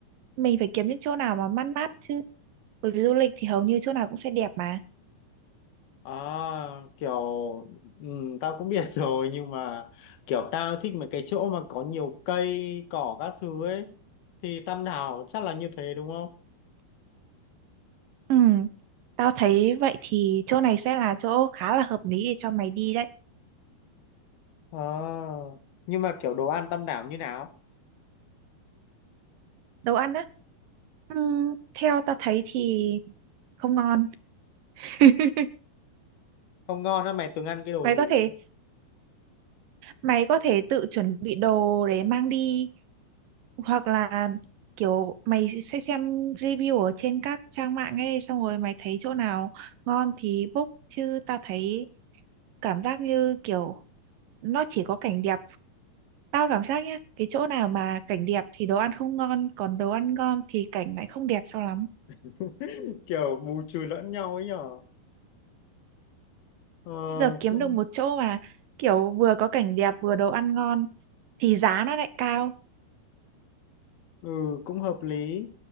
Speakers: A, on the right (about 70°); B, on the left (about 75°).
A: mình phải kiếm những chỗ nào mà mát mát chứ bởi vì du lịch thì hầu như chỗ nào cũng sẽ đẹp mà
B: À, kiểu ừ, tao cũng biết <laughs> rồi nhưng mà kiểu tao thích mấy cái chỗ mà có nhiều cây cỏ các thứ ấy thì Tam đảo chắc là như thế đúng không?
A: ừ tao thấy vậy thì chỗ này sẽ là chỗ khá là hợp lý để cho mày đi đấy
B: À nhưng mà kiểu đồ ăn Tam đảo như nào?
A: đồ ăn á ừm, theo tao thấy thì không ngon <laughs>
B: Không ngon á mày từng ăn cái đồ
A: mày
B: gì
A: có
B: rồi?
A: thể mày có thể tự chuẩn bị đồ để mang đi hoặc là kiểu mày sẽ xem review ở trên các trang mạng ấy xong rồi mày thấy chỗ nào ngon thì book chứ tao thấy cảm giác như kiểu nó chỉ có cảnh đẹp tao cảm giác nhá cái chỗ nào mà cảnh đẹp thì đồ ăn không ngon còn đồ ăn ngon thì cảnh lại không đẹp cho lắm
B: <laughs> kiểu bù trừ lẫn nhau ấy nhở ờ,
A: bây giờ kiếm
B: cũng
A: được một chỗ mà kiểu vừa có cảnh đẹp vừa đồ ăn ngon thì giá nó lại cao
B: ừ cũng hợp lý